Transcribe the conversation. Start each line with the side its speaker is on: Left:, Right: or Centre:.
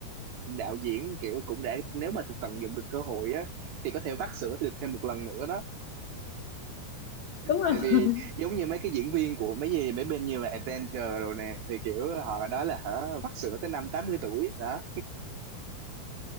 Right: đạo diễn kiểu cũng đã nếu mà tận dụng được cơ hội á thì có thể vắt sữa được thêm một lần nữa đó
Left: đúng rồi
Right: tại
Left: <laughs>
Right: vì giống như mấy cái diễn viên của mấy gì mấy bên như là Avenger rồi nè thì kiểu họ nói là hả vắt sữa tới năm 80 tuổi đó